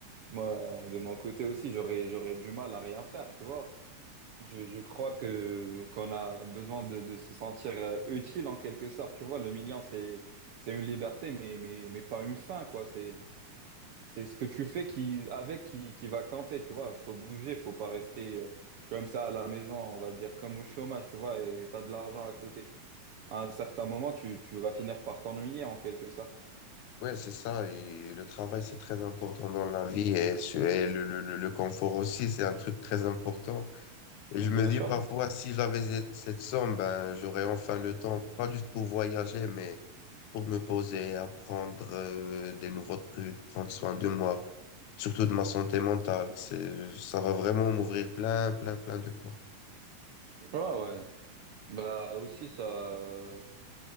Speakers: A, on the right; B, on the left.
A: moi, de mon côté aussi, j'aurais, j'aurais du mal à rien faire, tu vois. Je, je crois que qu'on a besoin de, de se sentir euh, utile en quelque sorte, tu vois. Le million, c'est, c'est une liberté, mais, mais, mais pas une fin, quoi. C'est, C'est ce que tu fais qui, avec qui, qui va compter, tu vois. Il faut bouger, faut pas rester euh, comme ça à la maison, on va dire, comme au chômage, tu vois, et t'as de l'argent à côté. À un certain moment, tu, tu vas finir par t'ennuyer en quelque sorte.
B: Oui, c'est ça. Et le travail, c'est très important dans la vie et, su- et le, le, le le confort aussi, c'est un truc très important. Et
A: Bien
B: je me dis
A: sûr.
B: parfois, si j'avais cette cette somme, ben, j'aurais enfin le temps, pas juste pour voyager, mais pour me poser, apprendre euh, des nouveaux trucs, prendre soin de moi, surtout de ma santé mentale. C'est, ça va vraiment m'ouvrir plein, plein, plein de portes.
A: Ouais, ouais. Bah aussi, ça, euh,